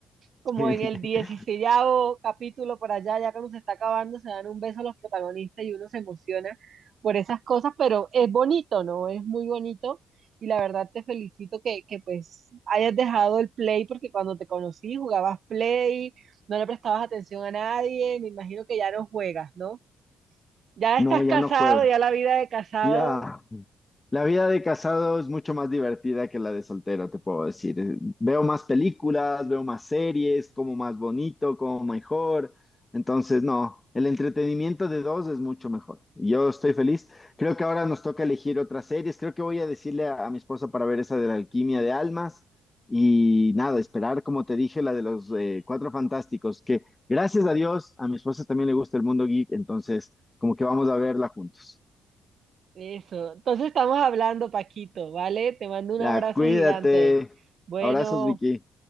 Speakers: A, on the right; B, on the left.
A: Como
B: <laughs>
A: en el dieciséavo capítulo por allá, ya cuando se está acabando, se dan un beso a los protagonistas y uno se emociona por esas cosas, pero es bonito, ¿no? Es muy bonito. Y la verdad te felicito que, que pues hayas dejado el play porque cuando te conocí jugabas play, no le prestabas atención a nadie, me imagino que ya no juegas, ¿no? Ya
B: No,
A: estás
B: ya
A: casado,
B: no juego.
A: ya la vida de casado,
B: Ya. La vida de casado es mucho más divertida que la de soltero, te puedo decir. Eh, Veo más películas, veo más series, como más bonito, como mejor. Entonces, no, el entretenimiento de dos es mucho mejor. Yo estoy feliz. Creo que ahora nos toca elegir otras series. Creo que voy a decirle a, a mi esposa para ver esa de la alquimia de almas. Y nada, esperar, como te dije, la de los eh, Cuatro Fantásticos, que gracias a Dios, a mi esposa también le gusta el mundo geek, entonces como que vamos a verla juntos.
A: eso. Entonces estamos hablando, Paquito, ¿vale? Te mando un
B: Ya,
A: abrazo
B: cuídate.
A: gigante. Bueno.
B: Abrazos, Vicky.